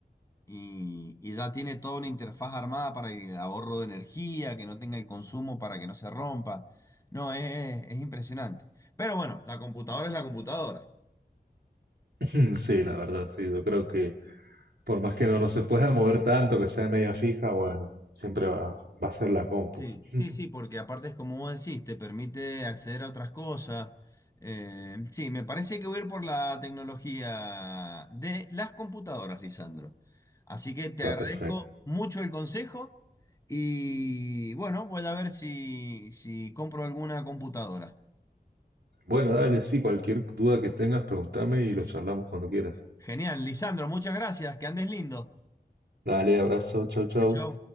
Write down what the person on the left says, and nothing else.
y, y ya tiene toda una interfaz armada para el ahorro de energía, que no tenga el consumo para que no se rompa. No, es, es impresionante. Pero bueno, la computadora es la computadora.
Sí.
Sí,
sí, sí, porque aparte es como vos decís, te permite acceder a otras cosas. Eh, sí, me parece que voy a ir por la tecnología de las computadoras, Lisandro. Así que te
agradezco
mucho el consejo y bueno, voy a ver si, si compro alguna computadora.
Genial, Lisandro, muchas gracias, que andes lindo.
Chao.